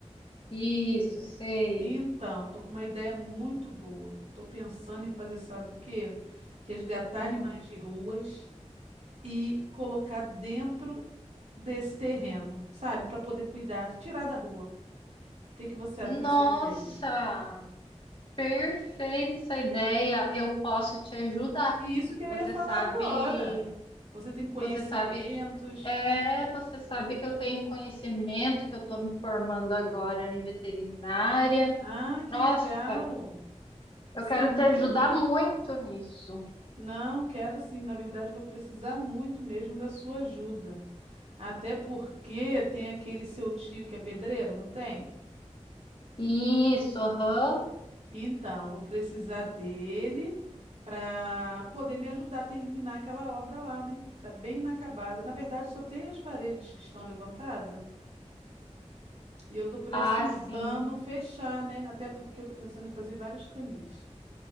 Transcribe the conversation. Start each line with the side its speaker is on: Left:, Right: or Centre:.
Left: Isso, sei.
Right: Então, tô com uma ideia muito boa. Tô pensando em fazer, sabe o quê? Resgatar
Left: Hum.
Right: animais de ruas e colocar dentro desse terreno, sabe? Para poder cuidar, tirar da rua. O que que você acha
Left: Nossa,
Right: dessa ideia?
Left: perfeita essa ideia. Eu posso te ajudar.
Right: E isso que eu
Left: Você
Right: ia falar
Left: sabe,
Right: agora. Você tem conhecimentos.
Left: você sabe, é, você sabe que eu tenho conhecimento, que eu estou me formando agora em veterinária.
Right: Ah, que
Left: Nossa,
Right: legal.
Left: eu
Right: Isso
Left: quero
Right: é muito
Left: te ajudar
Right: bom.
Left: muito nisso.
Right: Não, quero sim. Na verdade, vou precisar muito mesmo da sua ajuda. Até porque tem aquele seu tio que é pedreiro, não tem?
Left: Isso, aham.
Right: Então, vou precisar dele para poder me ajudar a terminar aquela obra lá, né? Tá bem inacabada. Na verdade, só tem as paredes que estão levantadas e eu tô precisando
Left: Ah, sim.
Right: fechar, né? Até porque eu tô pensando em fazer vários canis,